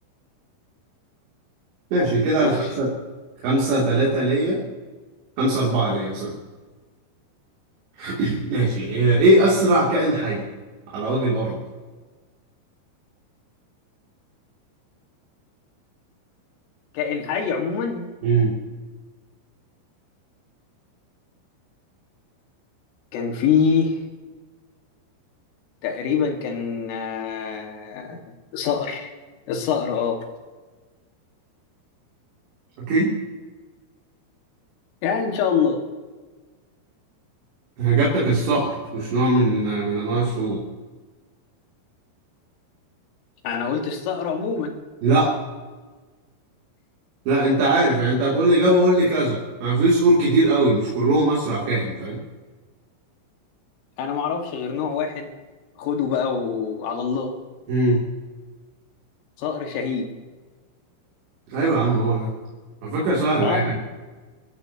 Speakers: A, on the right (about 60°); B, on the left (about 85°).
A: ماشي كده
B: خش
A: خمسة خمسة تلاتة ليا خمسة أربعة ليا سوري <clears throat> ماشي إيه إيه أسرع كائن حي على وجه الأرض؟
B: كائن حي عموما
A: امم
B: كان فيه تقريبا كان آه، صقر الصقر اه
A: أكيد
B: يعني ان شاء الله
A: إجابتك الصقر مش نوع من من أنواع الصقور
B: انا قلت الصقر عموما
A: لا لا أنت عارف يعني أنت هتقول لي إجابة قول لي كذا ما في صقور كتير قوي مش كلهم أسرع كائن فاهم؟
B: انا ما اعرفش غير نوع واحد خده بقى وعلى الله
A: امم
B: صقر شاهين
A: أيوة يا عم هو ده على فكرة سهلة
B: طيب
A: يعني